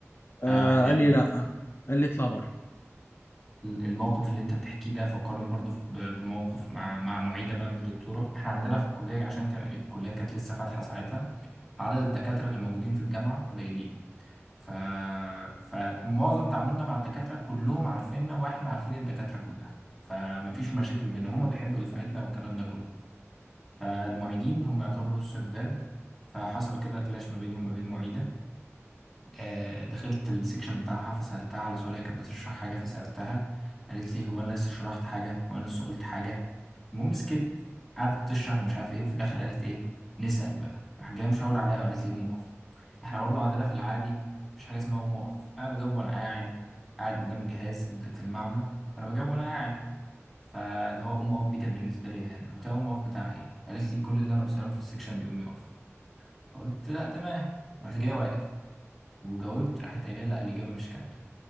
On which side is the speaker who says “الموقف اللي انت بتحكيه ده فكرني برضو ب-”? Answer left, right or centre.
Centre